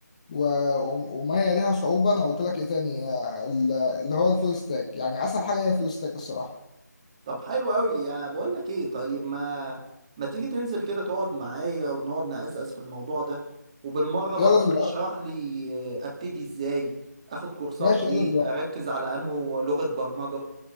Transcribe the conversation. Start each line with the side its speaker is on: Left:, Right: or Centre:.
Left: و- وما هي ليها صعوبة أنا قلت لك إيه تاني آه، ال- اللي هو الفول ستاك يعني أسهل حاجة هي الفول ستاك الصراحة
Right: طب حلو قوي يعني بقول لك ايه طيب ما ما تيجي تنزل كده تقعد معايا ونقعد نقزقز في الموضوع ده وبالمرة
Left: يلا
Right: برضه
Left: دلوقتي
Right: تشرح لي آه، ابتدي ازاي اخد كورسات
Left: ماشي
Right: ايه
Left: يلا دلوقتي
Right: اركز على انه لغة برمجة